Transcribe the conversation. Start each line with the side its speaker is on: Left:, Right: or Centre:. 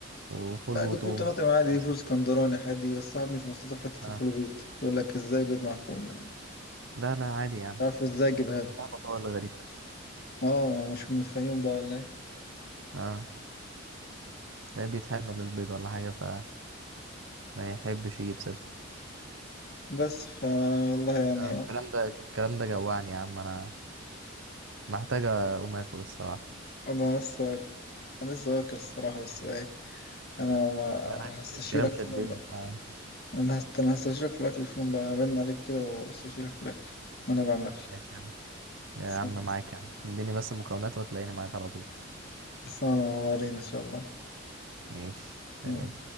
Right: وفول
Left: لا
Right: وتوم
Left: دي فول طماطم عادي
Right: خلصة.
Left: دي فول اسكندراني عادي بس صاحبي مش مستلطف حتة
Right: اه
Left: الفول بيض يقول لك ازاي بيض مع فول
Right: لا لا عادي يعني
Left: مش عارف ازاي اجيبها له
Right: طعمه هو اللي غريب
Left: اه مش من الفيوم بقى ولا ايه
Right: اه تلاقيه بيتحمل البيض ولا حاجة فما يحبش يجيب سيرته
Left: بس فا والله يعني
Right: آه، الكلام
Left: اه
Right: ده الكلام ده جوعني يا عم انا محتاجة أقوم آكل الصراحة
Left: انا لسه انا لسه واكل الصراحة بس ايه انا ما
Right: وانا ك-
Left: هستشيرك
Right: الكلام كمان
Left: في يوم
Right: شدني
Left: بقى
Right: آه
Left: انا هست... انا هستشيرك في الاكل في يوم بقى رن عليك كده واستشيرك في الاكل وانا بعمل اكل
Right: ماشي يا عم يا
Left: لسه
Right: عم معاك يا عم اديني بس المكونات وتلاقيني معاك على طول
Left: لسه مع بعضين ان شاء الله
Right: ماشي سلام
Left: يلا.